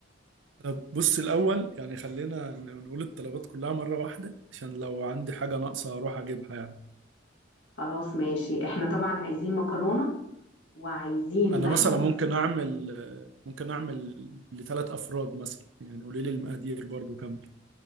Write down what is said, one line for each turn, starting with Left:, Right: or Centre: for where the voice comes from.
Right: طب بص الأول يعني خلينا نقول الطلبات كلها مرة واحدة عشان لو عندي حاجة ناقصة أروح أجيبها يعني
Left: خلاص ماشي احنا طبعا عايزين مكرونة وعايزين
Right: انا
Left: لحمة
Right: مثلا
Left: مفرومة
Right: ممكن اعمل ممكن اعمل لثلاث افراد مثلا يعني قولي لي المقادير برضو كامله